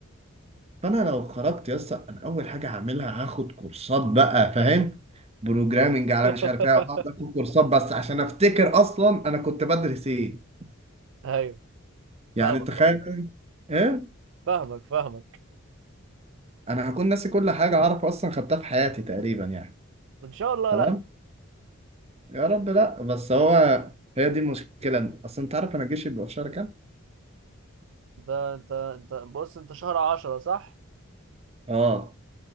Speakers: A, on the right; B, on the right.
A: فانا لو خرجت يا اسطى انا اول حاجه هعملها هاخد كورسات بقى فاهم بروجرامنج على
B: <laughs>
A: مش عارف ايه هقعد اخد كورسات بس عشان افتكر اصلا انا كنت بدرس ايه
B: ايوه
A: يعني
B: فاهمك
A: تخيل
B: عموما
A: ايه
B: فاهمك فاهمك
A: انا هكون ناسي كل حاجه اعرف اصلا خدتها في حياتي تقريبا يعني
B: ان شاء الله
A: تمام
B: لا
A: يا رب لا بس هو هي دي المشكله اصلا انت عارف انا الجيش بيبقى في شهر كام
B: انت انت انت بص انت شهر عشرة صح
A: اه